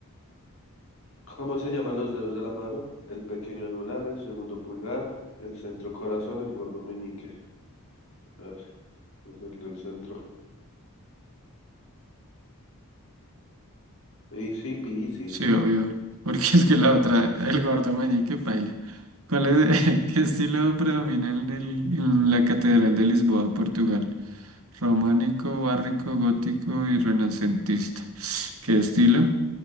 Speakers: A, on the left; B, on the right.
A: ¿Cómo se llaman los dedos de la mano? El pequeño anular, el segundo pulgar, el centro corazón, el gordo meñique. Ah, pues el del centro. Easy peasy.
B: Sí, obvio. <laughs> Porque es que la otra, el gordo meñique paila. ¿Cuál es, <laughs> qué estilo predomina en, el- en la Catedral de Lisboa, Portugal? Románico, barroco, gótico y renacentista. ¿Qué estilo?